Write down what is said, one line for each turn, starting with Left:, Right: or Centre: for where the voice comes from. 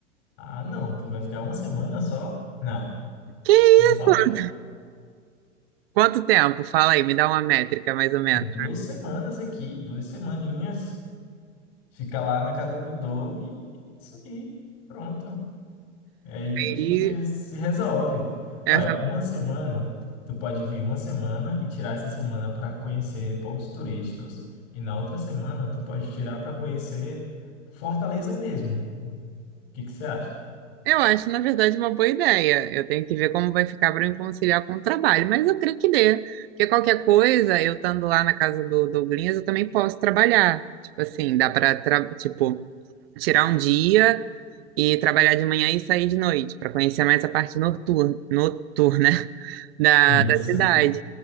Left: Ah, não, tu vai ficar uma semana só? Não,
Right: Que
Left: não
Right: isso?
Left: pode.
Right: Quanto tempo? Fala aí, me dá uma métrica mais ou menos.
Left: Duas semanas aqui, duas semaninhas, fica lá na casa do Doug e é isso aí, pronto. E aí a gente
Right: E
Left: se resolve.
Right: essa
Left: Olha, uma semana, tu pode vir uma semana e tirar essa semana para conhecer pontos turísticos. E na outra semana, tu pode tirar para conhecer Fortaleza mesmo. O que que você acha?
Right: Eu acho, na verdade, uma boa ideia. Eu tenho que ver como vai ficar para me conciliar com o trabalho, mas eu creio que dê. Porque qualquer coisa, eu estando lá na casa do Douglas, eu também posso trabalhar. Tipo assim, dá para, tipo, tirar um dia e trabalhar de manhã e sair de noite, para conhecer mais a parte noturna, noturna <laughs> da,
Left: Isso.
Right: da cidade.